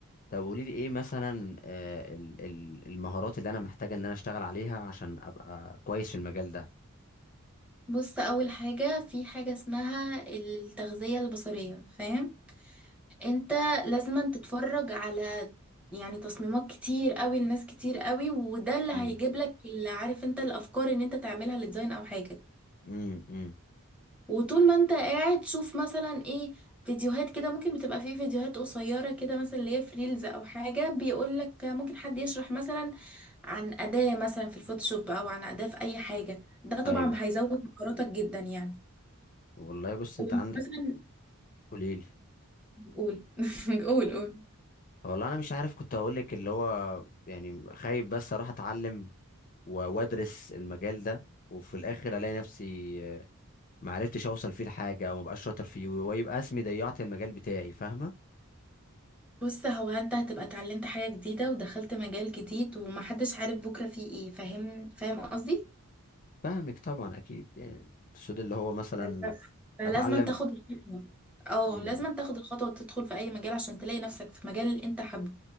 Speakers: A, on the left; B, in the centre.
A: طب قولي لي ايه مثلا آه، ال- ال- المهارات اللي انا محتاجه ان انا اشتغل عليها عشان ابقى كويس في المجال ده
B: بص أول حاجة في حاجة اسمها التغذية البصرية فاهم؟ انت لازم أن تتفرج على يعني تصميمات كتير قوي لناس كتير قوي وده اللي هيجيب
A: امم
B: لك اللي عارف انت الأفكار ان انت تعملها لديزاين أو حاجة
A: امم امم
B: وطول ما انت قاعد شوف مثلا ايه فيديوهات كده ممكن بتبقى فيه فيديوهات قصيرة كده مثلا اللي هي في ريلز او حاجة بيقولك ممكن حد يشرح مثلا عن أداة مثلا في الفوتوشوب او عن أداة في اي حاجة ده طبعا
A: ايوه
B: هيزود مهاراتك جدا يعني
A: والله بص
B: ومثلا
A: انت عندك قليل
B: قول <laughs> قول قول
A: والله انا مش عارف كنت هقول لك اللي هو يعني خايف بس اروح اتعلم و- وادرس المجال ده وفي الاخر الاقي نفسي آه، ما عرفتش اوصل فيه لحاجه او ما بقاش شاطر فيه ويبقى اسمي ضيعت المجال بتاعي فاهمه
B: بص هو انت هتبقى اتعلمت حاجة جديدة ودخلت مجال جديد ومحدش عارف بكرة فيه ايه فاهم فاهم قصدي
A: فاهمك طبعا اكيد يعني السود اللي هو مثلا
B: بس فلازم
A: اتعلم
B: تاخد الخطوة اه
A: مم.
B: لازم تاخد الخطوة وتدخل في أي مجال عشان تلاقي نفسك في مجال اللي أنت حابه